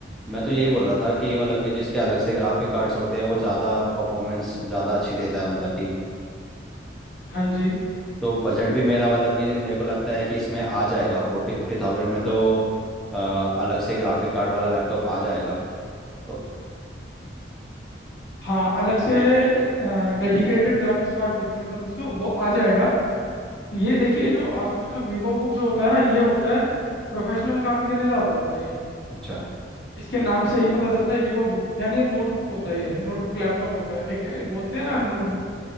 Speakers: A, in the centre; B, on the left.
A: मैं तो यही बोल रहा था कि मतलब कि जिसके अलग से ग्राफिक कार्ड्स होते हैं वो ज़्यादा परफॉर्मेंस ज़्यादा अच्छी देता है मतलब कि
B: हाँ जी
A: तो बजट भी मेरा मतलब कि मेरे को लगता है कि इसमें आ जाएगा फोर्टी फिफ्टी थाउजेंड में तो अ, अलग से ग्राफिक कार्ड वाला लैपटॉप आ जाएगा तो
B: हाँ अलग से डेडिकेटेड ग्राफिक्स कार्ड बोलते हैं सर उसको वो आ जाएगा ये देखिए जो आसूस का वीवो बुक जो होता है ना ये होता है प्रोफेशनल काम के लिए ज़्यादा होता है ये
A: अच्छा
B: इसके नाम से ही पता चलता है वीवो बुक यानी ये नोटबुक होता ही है नोटबुक लैपटॉप होता है एक ए, बोलते हैं ना नोटबुक